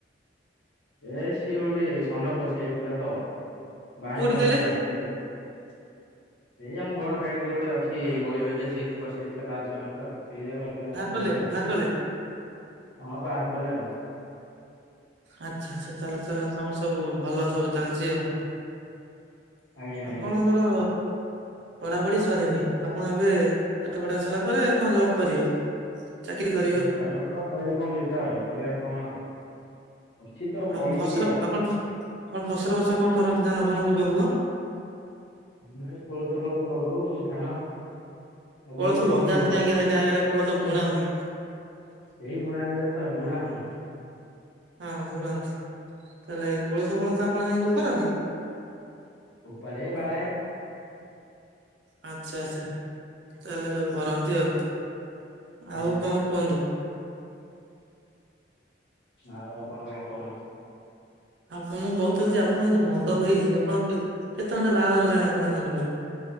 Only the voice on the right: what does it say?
କୋଉଠି
କହିଲେ
କଲେ
ବାହାର କଲେ
ଆଚ୍ଛା, ଆଚ୍ଛା ତାହେଲେ ତାହେଲେ ତମର ସବୁ ଭଲ ସବୁ ଚାଲିଚି ଆଉ।
ଆପଣଙ୍କର ପଢାପଢି ସରିନି ଆପଣ ଏବେ ପାଠ ପଢା ସାରିଲା ପରେ କଣ ଜବ୍ କରିବେ? ଚାକିରି କରିବେ ଆଉ।
ଆଉ
ଫସଲ
ଆପଣ ଆପଣ ଫସଲ ଫସଲ କଣ କରନ୍ତି ଧାନ ଫାନ ମୁଗ ଫୁଗ?
କୋଳଥ
ଲଗାନ୍ତିନି
ଆଜ୍ଞା ସେଇଟା କୋଳଥ ବୁଣନ୍ତି।
ହଁ ବୁଣନ୍ତି ତାହେଲେ କୋଳଥ ଫୋଳଥ ଆପଣ ଯାଇକି ଉପାରନ୍ତି?
ଆଚ୍ଛା ଆଚ୍ଛା ତାହେଲେ ସବୁ କରନ୍ତି ଆଉ
ଆଉ
କଣ କୁହନ୍ତୁ?
ଆପଣ ମୁଁ କହୁଥିଲି ଆପଣ ଏଇ ଯୋଉ ମଣ୍ଡପ ହେଇଚି ଆପଣ କେତ୍ କେତେ ଖଣ୍ଡେ ବାହାଘର ହେଲାଣି ଆପଣ ଏ ମଣ୍ଡପରେ?